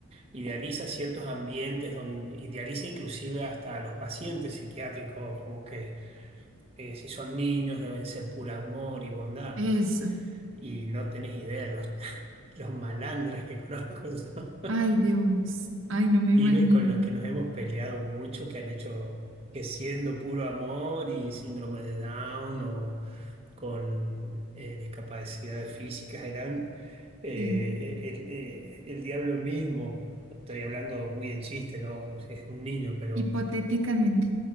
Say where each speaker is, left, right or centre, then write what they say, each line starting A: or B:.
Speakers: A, on the right (about 25°); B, on the right (about 65°).
A: idealiza ciertos ambientes donde idealiza inclusive hasta a los pacientes psiquiátricos, como que eh, si son niños deben ser pura amor y bondad.
B: eso.
A: Y no tenés idea los Los malandras que conozco son
B: Ay, Dios. Ay,
A: <laughs>
B: no me
A: pibes
B: imagino.
A: con los que nos hemos peleado mucho, que han hecho que siendo puro amor y síndrome de Down o con eh, discapacidades físicas eran eh,
B: Sí.
A: eh, el, eh, el diablo mismo. Estoy hablando muy en chiste, ¿no? Es un niño, pero
B: Hipotéticamente.